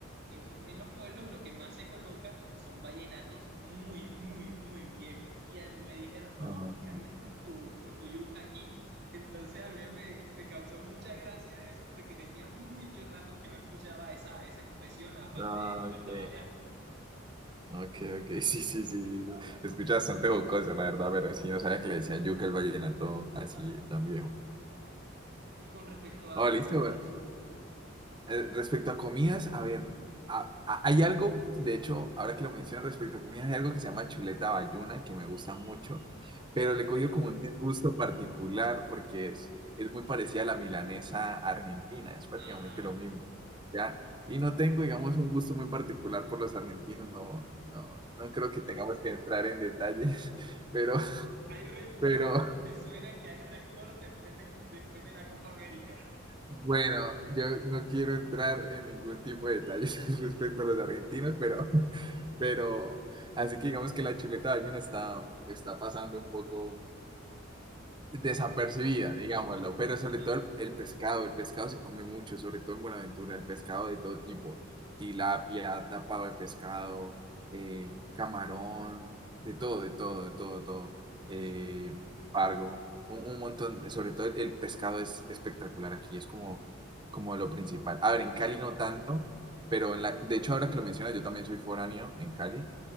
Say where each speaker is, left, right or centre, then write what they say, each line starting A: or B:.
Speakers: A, on the right; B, on the right.
A: en, en los pueblos lo que más se coloca son vallenatos muy, muy, muy viejos. Y a mí me dijeron,
B: Ok,
A: no, hombre, ya vienes con tu, con tu yuca aquí. Entonces a mí me, me causó mucha gracia eso porque tenía mucho rato que no escuchaba esa, esa expresión, aparte
B: ok,
A: de cuando estaba allá.
B: ok, ok, <laughs> sí, sí, sí, sí. Escucha bastante jocosa, la verdad, pero sí, no sabía que le decían yuca el vallenato así tan viejo.
A: Y con respecto a
B: Oh, listo,
A: comidas,
B: Eh, respecto a comidas, a ver, a- a- hay algo, de hecho, ahora que lo mencionan respecto a comidas, hay algo que se llama chuleta bayuna, que me gusta mucho, pero
A: nunca la
B: le
A: escuchado.
B: he cogido como un disgusto particular porque es, es muy parecida a la milanesa argentina, es prácticamente
A: Ajá.
B: lo mismo, ¿ya? Y no tengo, digamos, un gusto muy particular por los argentinos, no, no, no creo que tengamos que entrar en detalles, <laughs> pero,
A: Hay rencor,
B: pero,
A: me suena que hay rencor después del, después de la Copa América.
B: Bueno,
A: <laughs>
B: yo no quiero entrar en ningún tipo de detalles <laughs> respecto a los argentinos, pero, <laughs> pero así que digamos que la chuleta de ballena está, está pasando un poco, desapercibida,
A: Hombre,
B: digámoslo, pero sobre
A: Ajá.
B: todo el, el pescado, el pescado se come mucho, sobre todo en Buenaventura, el pescado de todo tipo, tilapia, tapado de pescado, eh, camarón, de todo, de todo, de todo, de todo,
A: Es,
B: eh, pargo, un, un montón, de- sobre todo el pescado es espectacular aquí, es como, como lo principal. A ver, en
A: sí.
B: Cali no tanto, pero en la, de hecho ahora que lo mencionas, yo también soy foráneo en Cali.